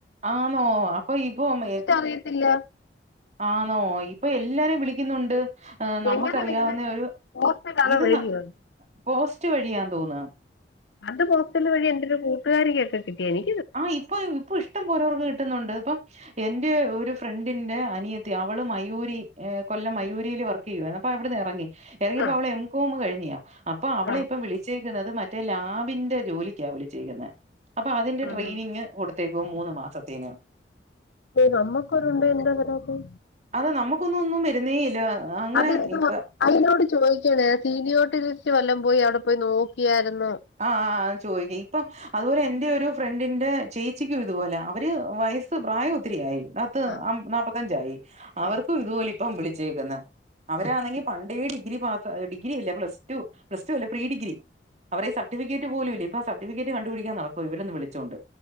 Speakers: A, on the right; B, on the left.
A: ആണോ അപ്പൊ ഇപ്പോ അമ്മ
B: അറിയത്തില്ല
A: ആ ന്നൊ ഇപ്പൊ എല്ലാരും വിളിക്കുന്നുണ്ട് നമുക്കറിയാവുന്ന
B: എങ്ങനെ വരുന്നെ
A: ഒരു
B: പോസ്റ്റിലാണോ
A: ഇത്
B: വഴിയോ
A: ന പോസ്റ്റ് വഴിയാതോന്ന
B: അത് പോസ്റ്റൽ വഴി എന്റരു കൂട്ടുകാരിക്കക്കെ കിട്ടിയെനി
A: ആഹ് ഇപ്പൊ ഇപ്പൊ ഇഷ്ടം പോലോവർക്ക് കിട്ടുന്നുണ്ട് ഇപ്പൊ എന്റെ ഒരു ഫ്രണ്ടിന്റെ അനിയത്തി അവള് മയൂരി കൊല്ലം മയൂരിൽ വർ.. ഇബാളിപ്പോ അപ്പ അവിടുന്ന് ഇറങ്ങി ഇറങ്ങിയപ്പോ
B: ആഹ്
A: അവള് എംകോം കഴിഞ്ഞിയാ അപ്പൊ അവളെ
B: ആഹ്
A: ഇപ്പം വിളിച്ചേക്കുന്നത് റ്റ ലാബിന്റെ ജോലിക്കാ വിളി ചെകുന്നത് അപ്പൊ അതിന്റെ
B: ആഹ്
A: ട്രെയിനിങ് കൊടുത്ത്‌ ത്തെക്കും മൂന്ന് മാസത്തിനും
B: നമ്മക്കൊരുണ്ട് എന്താ വരാതെ
A: അത നമുക്കൊന്നും ഒന്നും വരുന്നേ ഇല്ല അങ്ങനെ
B: അതന്തു
A: ഇപ്പൊ
B: വാ അതിനോട് ചോദിക്കണേ സീനിയോർട്ടിസിസ്റ്റ് വല്ലം പോയി അവിടെ പോയി നോക്കിയാരുന്നൊ
A: ആഹ് ചോയ്ക്ക ഇപ്പൊ അതുപോലെ എന്റെ ഒരു ഫ്രണ്ടിന്റെ ചേച്ചിക്കും ഇതുപോലെ അവര് വയസ്സ് പ്രായം ഒത്തിരിയായി ത്ത്
B: ആഹ്
A: നാപ്പത്തഞ്ചായി അവർക്കും
B: ആഹ്
A: ഇതുപോലെ ഇപ്പം വിളിച്ചേക്കുന്ന് അവരാണെങ്കി പണ്ട്.. തേ ഡിഗ്രി മാത്ര ഡിഗ്രി അല്ല പ്ലസ്റ്റു പ്ലസ്റ്റു അല്ല പ്രീ ഡിഗ്രി അവരെ സർട്ടിഫിക്കറ്റ് പോലും ഇപ്പോ സർട്ടിഫിക്കറ്റ് കണ്ടു പിടിക്കാ നടക്ക ഇവനൊന്ന് വിളിച്ചോണ്ട്